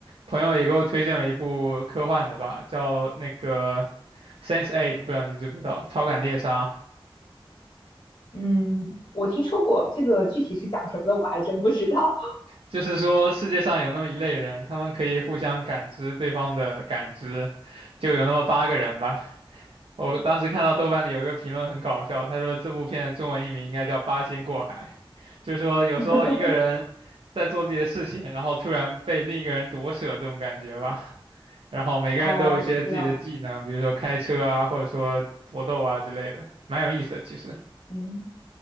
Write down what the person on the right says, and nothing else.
朋友也给我推荐了一部科幻的吧，叫那个《s e n s e Eight》，不知道你知不知道，《超感猎杀》。
就是说世界上有那么一类人，他们可以互相感知对方的感知，就有那么八个人吧。我当时看到豆瓣里有一个评论很搞笑，他说这部片的中文译名应该叫《八仙过海》就是说有时候一个人在做自己的事情，
然后突然被另一个人夺舍这种感觉吧。然后每个人都有一些自己的技能，
比如说开车啊，或者说搏斗啊之类的，蛮有意思的。其实，